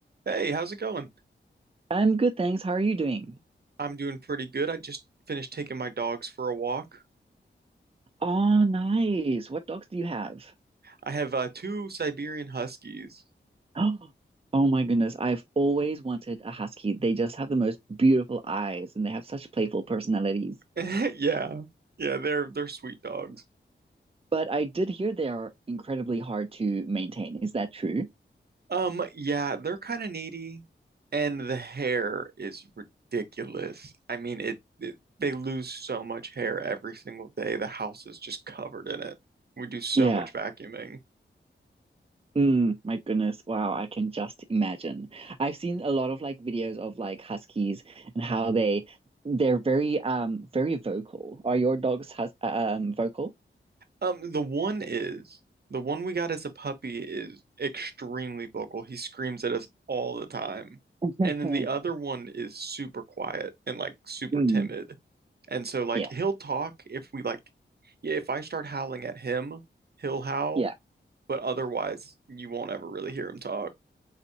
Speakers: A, on the right; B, on the right.
A: Hey, how's it going?
B: I'm good, thanks. How are you doing?
A: I'm doing pretty good. I just finished taking my dogs for a walk.
B: Oh, nice. What dogs do you have? <gasps>
A: I have uh, two Siberian Huskies. <laughs>
B: Oh, oh my goodness. I've always wanted a husky. They just have the most beautiful eyes and they have such playful personalities.
A: Yeah. Yeah, they're they're sweet dogs.
B: But I did hear they are incredibly hard to maintain. Is that true?
A: Um, yeah, they're kind of needy and the hair is ridiculous. I mean, it, it they lose so much hair every single day. The house is just covered in it. We do so
B: Yeah.
A: much vacuuming.
B: Mm, my goodness. Wow, I can just imagine. I've seen a lot of like videos of like huskies and how they they're very um very vocal. Are your dogs hus uh, um vocal?
A: Um, the one is the one we got as a puppy is extremely vocal. He screams at us all the time.
B: <laughs>
A: And then the other one is super quiet and like super
B: Mm,
A: timid. And so like
B: yeah.
A: he'll talk if we like yeah, if I start howling at him, he'll howl,
B: Yeah.
A: but otherwise you won't ever really hear him talk.